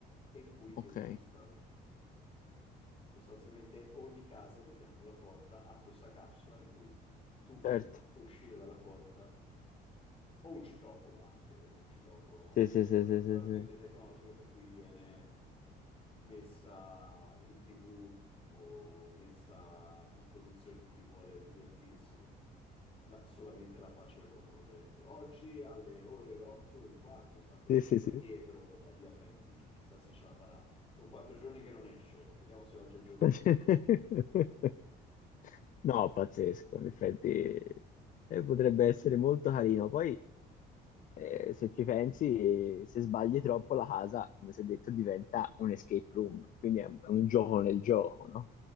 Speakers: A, on the left (about 35°); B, on the left (about 50°).
A: e in cui
B: ok,
A: ti registrano. Sostanzialmente ogni casa di fianco alla porta ha questa capsula in cui tu per
B: certo.
A: uscire dalla porta, o un citofono anche, eh, o un citofono
B: Sì, sì, sì,
A: particolarmente
B: sì, sì, sì.
A: tecnologico per cui viene messa in TV o messa a disposizione di chi vuole divertirsi la- solamente la faccia del concorrente. Oggi alle ore 8 e un quarto sta per
B: Sì,
A: uscire
B: sì, sì.
A: Pietro da Via Faentina, chissà se ce la farà. Sono quattro giorni che non esce, vediamo se oggi è il giorno
B: <laughs>
A: buono.
B: No, pazzesco, in effetti eh, potrebbe essere molto carino. Poi, eh, se ci pensi, eh, se sbagli troppo la casa, come si è detto, diventa un escape room, quindi è un, è un gioco nel gioco, no?